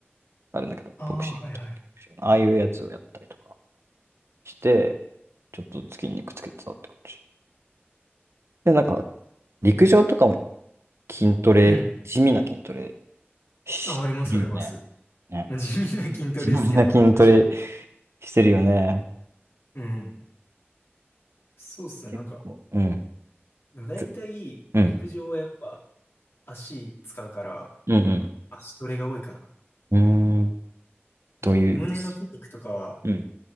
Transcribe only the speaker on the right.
あるんだけど、
ボクシングとか、
ああいうやつをやったりとかして、ちょっとずつ筋肉つけてたって感じ。で、なんか陸上とかも
筋トレ、
地味な筋トレしてるよね。
ね。
地味な筋トレ
してるよね。
結構。
うん。
つうん。
うん
うん。うーん。
という。すうん。